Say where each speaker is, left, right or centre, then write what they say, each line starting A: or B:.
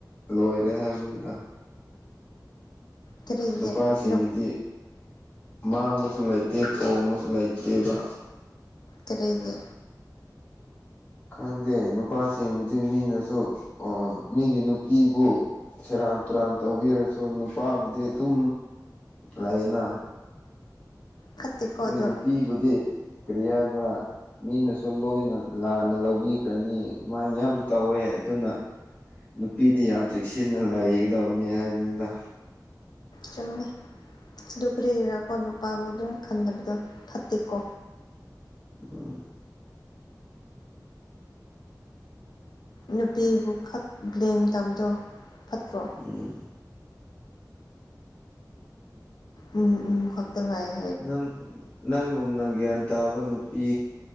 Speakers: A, on the left; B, on the left.
A: ꯂꯣꯏꯔꯦ ꯍꯥꯏꯕꯅꯤꯗ
B: ꯀꯔꯤꯒꯤ
A: ꯅꯨꯄꯥꯁꯤꯡꯒꯤꯗꯤ
B: ꯅꯨꯞ
A: ꯃꯥꯡꯕꯁꯨ ꯂꯩꯇꯦ ꯇꯣꯡꯕꯁꯨ ꯂꯩꯇꯦꯕ
B: ꯀꯔꯤꯒꯤ
A: ꯈꯪꯗꯦ ꯅꯨꯄꯥꯁꯤꯡꯕꯨꯗꯤ ꯃꯤꯅꯁꯨ ꯑꯣ ꯃꯤꯒꯤ ꯅꯨꯄꯤꯕꯨ ꯁꯦꯔꯥꯟ ꯇꯨꯔꯥꯟ ꯇꯧꯕꯤꯔꯁꯨ ꯅꯨꯄꯥꯕꯨꯗꯤ ꯑꯗꯨꯝ ꯂꯩꯅ
B: ꯐꯠꯇꯦꯀꯣ
A: ꯅꯣꯏ
B: ꯑꯗꯨꯝ
A: ꯅꯨꯄꯤꯕꯨꯗꯤ ꯀꯔꯤ ꯍꯥꯏꯕ ꯃꯤꯅꯁꯨ ꯂꯣꯏꯅ ꯂꯥꯟꯅ ꯂꯧꯕꯤꯈ꯭ꯔꯅꯤ ꯑꯗꯨꯃꯥꯏꯅ ꯌꯥꯝ ꯇꯧꯋꯦ ꯑꯗꯨꯅ ꯅꯨꯄꯤꯗꯤ ꯌꯥꯝ ꯆꯦꯛꯁꯤꯟꯅ ꯂꯩꯒꯗꯕꯅꯤ ꯍꯥꯏꯕꯅꯤꯗ
B: ꯆꯨꯝꯃꯦ ꯑꯗꯨ ꯀꯔꯤꯒꯤꯔ ꯅꯨꯄꯥꯕꯨ ꯑꯗꯨꯝ ꯈꯟꯗꯕꯗꯣ ꯐꯠꯇꯦꯀꯣ
A: ꯎꯝ
B: ꯅꯨꯄꯤꯕꯨ ꯈꯛ ꯕ꯭ꯂꯦꯝ ꯇꯧꯕꯗꯣ ꯐꯠꯇ꯭ꯔꯣ
A: ꯎꯝ
B: ꯎꯝ ꯎꯝ ꯈꯛꯇ ꯉꯥꯏꯌꯦ
A: ꯅꯪ ꯅꯪꯒꯨꯝꯅ ꯒ꯭ꯌꯥꯟ ꯇꯥꯕ ꯅꯨꯄꯤ